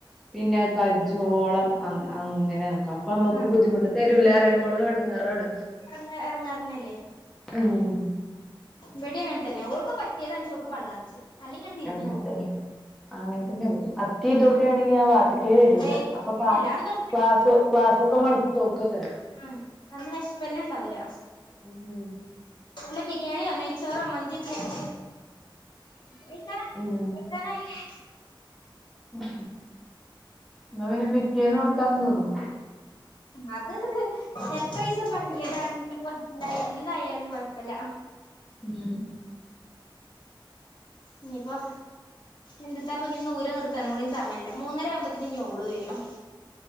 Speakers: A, in the centre; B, on the left (about 55°).
A: പിന്നെ കജോളം അങ്ങ് അങ്ങനെ പ്പ അമ്മക്കും
B: ആഹ്
A: ബുദ്ധിമുട്ടാ തെരുലാറയാൻ മ്മളും എടങ്ങേറാണ്
B: ഇറങ്ങ് എറങ്ങാറന്നല്ലേ
A: ഉം
B: വെടിം അങ്ങൻതന്നെ ഓൾക്ക് പറ്റിയതാൺച്ചെ ഓൾക്ക് പള്ളർച്ച് അല്ലെങ്കി അങ്ങട് തിരിഞ്ഞു
A: അങ്ങൻതന്നെ
B: നോക്കൂല
A: അങ്ങൻതന്നെ അത്തി ഇതൊക്കെ ആണെങ്കി ആ വാത്തക്ക് ക്കേ വരൂല
B: ഏയ്
A: അപ്പൊ
B: അങ്ങനല്ല
A: പാ
B: അന്ന്
A: ക്ലാസ് ക്ലാസൊക്കെ മണത്തോക്കക്കാരാം
B: ഉം അന്ന് വെഷ്പ്പെന്നെണ്ടാവൂല
A: ഉം ഉം
B: വല്ലെ ബിരിയാണ്യൊ നൈയ്ച്ചോറോ മന്തിയൊക്കെണെങ്കി നീക്കടാ
A: ഉം
B: നീക്കാനായിലെ
A: ഉം ന്നാ പിന്നെ പിറ്റേന്ന് കൊടുത്താലും തിന്നും
B: അത് എത്ര ഈസം പയകിയതാണിലും കൊഴപ്പല്ല എന്തായാലും കൊഴപ്പല്ല
A: ഉം
B: ഇഞ്ഞിപ്പൊ എന്ത് ത്താപ്പോഞ്ഞി ന്ന് ഊരാ നീർത്താനും കൂടി സമയല്ല മൂന്നര ആവുംമ്പത്തേന് ഓള് വെരും